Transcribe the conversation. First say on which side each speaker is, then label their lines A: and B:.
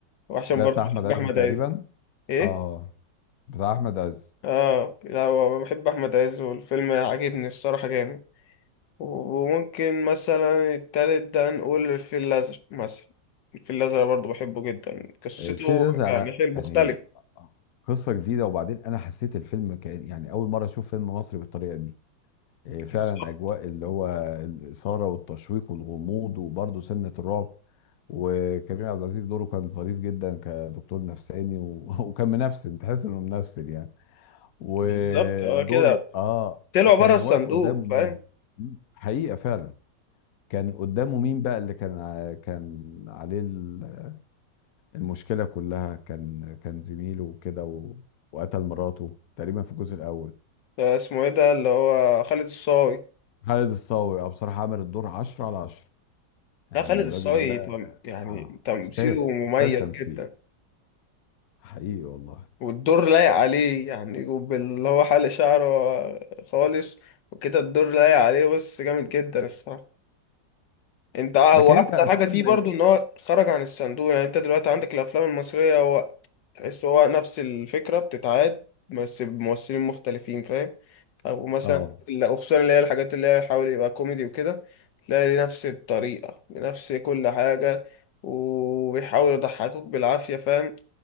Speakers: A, on the left; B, on the left.
A: وعشان
B: ده
A: برضو
B: بتاع احمد
A: بحب
B: عز
A: احمد
B: تقريبا
A: عز ايه
B: اه بتاع احمد عز
A: اه لا هو بحب احمد عز والفيلم عاجبني الصراحة جامد وممكن مثلا التالت ده نقول الفيل الازرق مثلا الفيل الازرق برضو بحبه جدا قصته
B: الفيل الازرق
A: يعني
B: انا
A: حلو
B: يعني
A: مختلف
B: قصه جديده وبعدين انا حسيت الفيلم كان يعني اول مره اشوف فيلم مصري بالطريقه دي إيه، فعلا
A: بالظبط
B: اجواء اللي هو الاثاره والتشويق والغموض وبرضه سنه الرعب وكريم عبد العزيز دوره كان ظريف جدا كدكتور نفساني و... <laughs> وكان منفسن تحس انه منفسن يعني ودور
A: بالظبط اه كده
B: اه
A: طلعوا بره
B: كان
A: الصندوق
B: واقف قدامه مين
A: فاهم
B: حقيقه فعلا كان قدامه مين بقى اللي كان ع- كان عليه ال- المشكلة كلها كان كان زميله وكده و... وقتل مراته تقريبا في الجزء الأول
A: ده اسمه ايه ده اللي هو خالد الصاوي
B: خالد الصاوي اه بصراحة عامل الدور عشرة على عشرة يعني
A: لا خالد
B: الراجل
A: الصاوي
B: ده
A: تم- يعني
B: آه،
A: تمثيله
B: أستاذ
A: مميز
B: أستاذ تمثيل
A: جدا
B: حقيقي والله
A: والدور لايق عليه يعني وباللي هو حلق شعره خالص وكده الدور لايق عليه بس جامد جدا الصراحة انت اه
B: لكن
A: واحلى
B: أنت أفلام
A: حاجة فيه برضو ان هو خرج عن الصندوق يعني انت دلوقتي عندك الافلام المصرية هو تحس هو نفس الفكرة بتتعاد بس بممثلين مختلفين فاهم او مثلا
B: اه
A: لا، وخصوصا اللي هي الحاجات اللي هي حاول يبقى كوميدي وكده تلاقي نفس الطريقة بنفس كل حاجة وبيحاول يضحكوك بالعافية فاهم